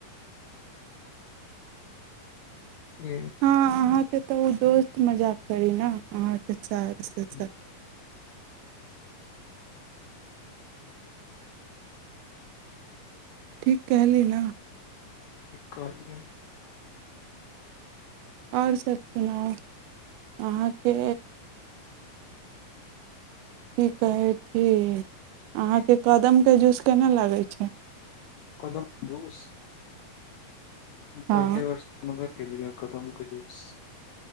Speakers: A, on the left (about 80°); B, on the right (about 80°).
A: कि
B: हँ अहाँके तऽ उ दोस्त मजाक करी न अहाँके साइर छी
A: की
B: सा ठीक कहली न
A: ठीक कहलीय
B: आओर सभ सुनाउ अहाँके की कहै छियै
A: कि
B: अहाँके कदम के जूस केना लागै छै
A: कदम जूस
B: हँ
A: पहिले बेर सुनबे क लिय कदम के जूस